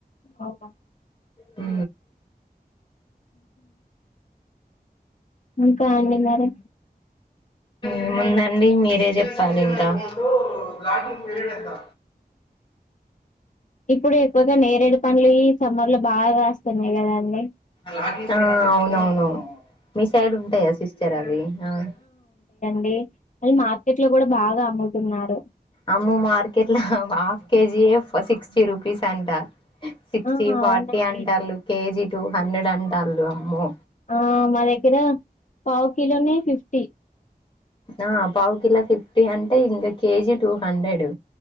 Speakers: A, on the left; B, on the left.
A: అవునా
B: ఉ
A: ఇంకా అండి మరి.
B: ఏముందండి మీరే చెప్పాలి ఇంకా. లాంటి పిరియడ్ పెడతా.
A: ఇప్పుడు ఎక్కువగా నేరేడు పండులు సమ్మర్ లో బాగా వస్తున్నాయి కదాండి.
B: ఆహ్ అవునవును. మీ సైడ్ ఉంటాయా సిస్టర్ అవి ఆహ్.
A: ఇవి మార్కెట్ లో కూడా బాగా అమ్ముతున్నారు.
B: అమ్మో మార్కెట్ లో హాఫ్ కేజీయే సిక్స్టీ రూపీస్ అంటా. సిక్స్టీ
A: ఆ
B: ఫార్టీ
A: అవునండి
B: అంటంళు కేజీ టూ హండ్రెడ్ అంటళ్ళు అమ్మో.
A: ఆహ్ మా దగ్గర పావు కీలోనే ఫిఫ్టీ.
B: ఆహ్ పావుకిలో ఫిఫ్టీ అంటే ఇంకా కేజీ టూ హండ్రెడ్.